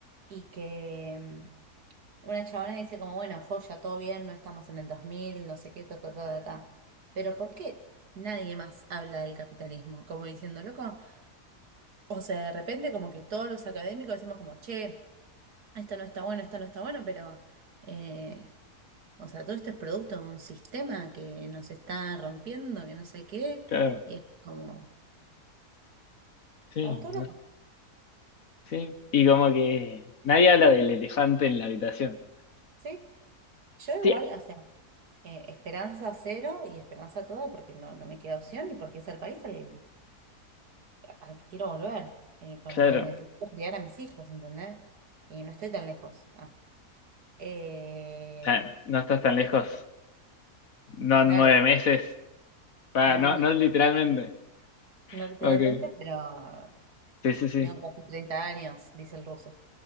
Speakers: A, on the right; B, on the left.
A: Y que mm, una chabona dice como, bueno, joya, todo bien, no estamos en el 2000, no sé qué, ta, ta, ta, ta, ta". Pero ¿por qué nadie más habla del capitalismo? Como diciendo, loco, o sea, de repente como que todos los académicos decimos como, che, esto no está bueno, esto no está bueno, pero... eh, o sea, todo esto es producto de un sistema que nos está rompiendo, que no sé qué,
B: Claro,
A: y es como,
B: sí,
A: estamos todos
B: no-
A: locos,
B: sí. Y como que nadie habla del elefante en la habitación.
A: ¿sí? Yo igual,
B: Sí,
A: o sea, eh, esperanza cero y esperanza toda porque no, no me queda opción y porque es el país al, al que quiero volver, eh, con-
B: claro.
A: en el que quiero criar a mis hijos, ¿entendés? Y no estoy tan lejos. Ah, eh,
B: O sea, no estás tan lejos. No en
A: claro,
B: nueve meses. Pa,
A: no,
B: no,
A: no,
B: no literalmente.
A: no literalmente,
B: Ok.
A: pero
B: Sí, sí, sí.
A: tengo casi treinta años, dice el ruso.